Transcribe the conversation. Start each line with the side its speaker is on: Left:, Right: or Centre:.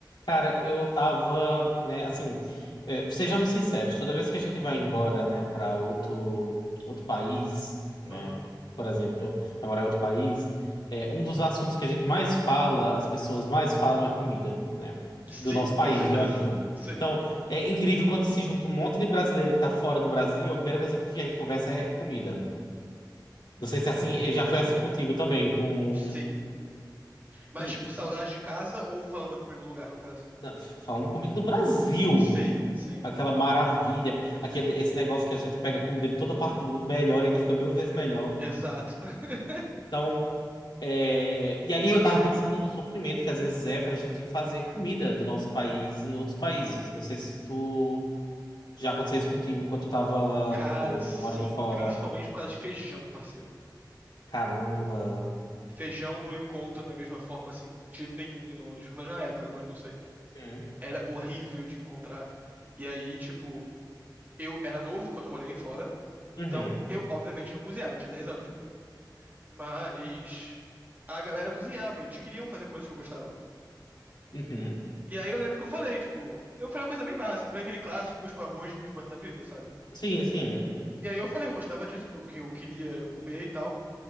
Left: Cara, eu tava, né, assim, eh, sejamos sinceros, toda vez que a gente vai embora, né, para outro, outro país, né,
Right: Aham.
Left: por exemplo, vai morar em outro país, é, um dos assuntos que a gente mais fala, as pessoas mais falam é comida, né,
Right: Sim,
Left: do nosso país
Right: com certeza.
Left: de origem.
Right: Sim,
Left: Então, é incrível quando se junta um monte de brasileiro que tá fora do Brasil, a primeira coisa que a gente conversa é comida. Não sei se é assim, eh, já foi assim contigo também, com...
Right: sim. Mas,
Left: E,
Right: tipo,
Left: e-
Right: saudade de casa ou falando da comida do lugar, no caso?
Left: não, falando de comida do Brasil...
Right: Sim, sim.
Left: Aquela maravilha, aquele, esse negócio que a gente pega comida de toda parte do mundo, melhor, ainda fica mil vezes melhor.
Right: Exato. <laughs>
Left: Então, é, e aí eu tava pensando no sofrimento que às vezes é pra gente fazer comida do nosso país em outros países. Não sei se tu já aconteceu isso contigo enquanto tu tava,
Right: Cara,
Left: tipo,
Right: sim,
Left: morando fora.
Right: principalmente por causa de feijão, parceiro.
Left: Caramba.
Right: Feijão não encontra da mesma forma, assim, de jeito nenhum em Londres. Mas na época, agora eu não sei.
Left: Uhum,
Right: Era horrível de encontrar. E aí, tipo, eu era novo quando eu morei fora. Então,
Left: uhum,
Right: eu, obviamente, não cozinhava, eu tinha 10 anos. Mas a galera cozinhava, e eles queriam fazer coisas que eu gostava.
Left: uhum.
Right: E aí eu lembro que eu falei, tipo, eu falei uma coisa bem básica, eu falei aquele clássico, tipo, arroz, bife, batata frita, sabe?
Left: Sim, sim.
Right: E aí eu falei que eu gostava disso, que eu que eu queria comer e tal.